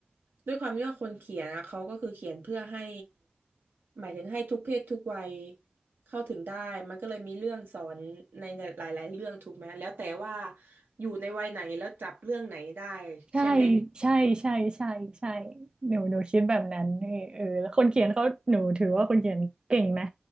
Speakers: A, on the right (about 75°); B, on the right (about 25°).
A: ด้วยความที่ว่าคนเขียนนะเขาก็คือเขียนเพื่อให้หมายถึงให้ทุกเพศทุกวัยเข้าถึงได้มันก็เลยมีเรื่องสอนในหลายๆเรื่องถูกไหมแล้วแต่ว่าอยู่ในวัยไหนแล้วจับเรื่องไหนได้
B: ใช่
A: ใช่ไหม
B: ใช่ใช่ใช่ใช่หนูหนูคิดแบบนั้นนี่เออแล้วคนเขียนเขาหนูถือว่าคนเขียนเก่งนะ